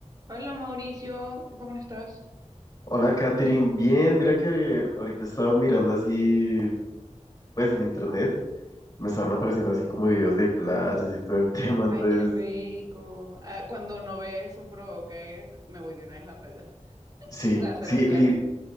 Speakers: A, on the right; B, on the left.
A: Hola Mauricio, ¿cómo estás?
B: Hola, Katherine. Bien, mira que ahorita estaba mirando así, pues en internet, me estaban apareciendo así como videos de playas y todo el <laughs> tema, entonces,
A: Ay, qué rico. Ah, cuando no ve eso provoca, eh, me voy de una vez a la playa. <laughs>
B: sí,
A: Voy a hacer
B: sí,
A: un
B: li-
A: viaje.